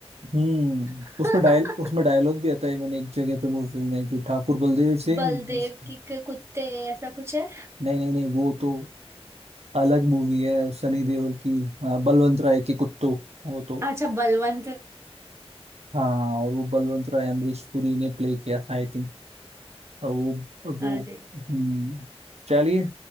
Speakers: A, on the right; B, on the right.
A: हम्म
B: <laughs>
A: उसमें डायल उसमें डायलॉग भी आता है इवन एक जगह पे मूवी में कि ठाकुर बलदेव सिंह
B: बलदेव
A: बस-
B: की के कुत्ते ऐसा कुछ है
A: नहीं नहीं नहीं वो तो अलग मूवी है सनी देओल की हाँ, बलवंत राय के कुत्तो वो तो
B: अच्छा बलवंत
A: हाँ और वो बलवंत राय अमरीश पुरी ने प्ले किया था आई थिंक और वो वो
B: अरे
A: हम्म चलिए